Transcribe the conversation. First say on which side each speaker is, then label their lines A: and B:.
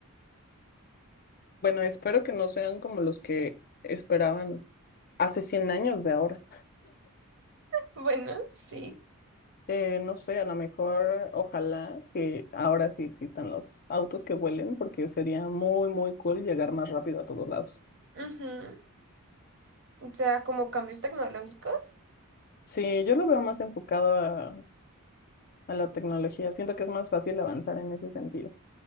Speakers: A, on the left; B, on the right.
A: Bueno, espero que no sean como los que esperaban hace 100 años de ahora.
B: Bueno, sí.
A: Eh, no sé, a lo mejor, ojalá que ahora sí existan los autos que vuelen, porque sería muy, muy cool llegar más rápido a todos lados.
B: Ujú. O sea, como cambios tecnológicos.
A: Sí, yo lo veo más enfocado a, a la tecnología. Siento que es más fácil avanzar en ese sentido.